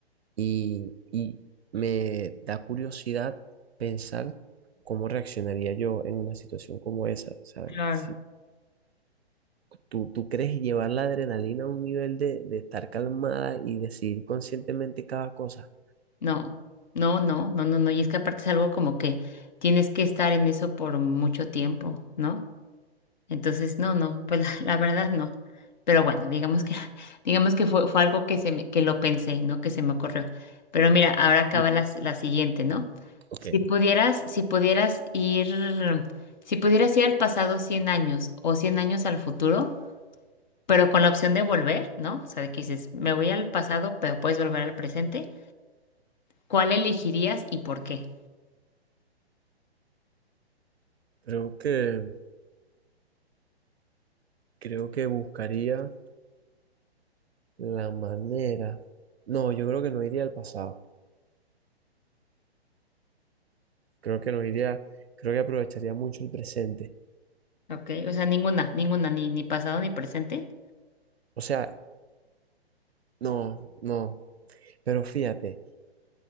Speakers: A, on the right (about 70°); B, on the left (about 45°).
A: Y, y me da curiosidad pensar cómo reaccionaría yo en una situación como esa, ¿sabes?
B: claro.
A: Si tú, tú crees llevar la adrenalina a un nivel de, de estar calmada y decidir conscientemente cada cosa.
B: No, no, no, no, no, no. Y es que aparte es algo como que tienes que estar en eso por mucho tiempo, ¿no? Entonces, no, no, pues <laughs> la, la verdad no. Pero bueno, digamos que, <laughs> digamos que fue, fue algo que se me- que lo pensé, ¿no? Que se me ocurrió. Pero mira, ahora acaba
A: Y-
B: la, la siguiente, ¿no?
A: Ok,
B: Si pudieras, si pudieras ir, si pudieras ir al pasado 100 años o 100 años al futuro, pero con la opción de volver, ¿no? O sea, de que dices, me voy al pasado, pero puedes volver al presente. ¿Cuál elegirías y por qué?
A: creo que, creo que buscaría la manera. No, yo creo que no iría al pasado. Creo que no iría, creo que aprovecharía mucho el presente.
B: Ok, o sea, ninguna, ninguna, ni, ni pasado ni presente.
A: O sea, no, no. Pero fíjate,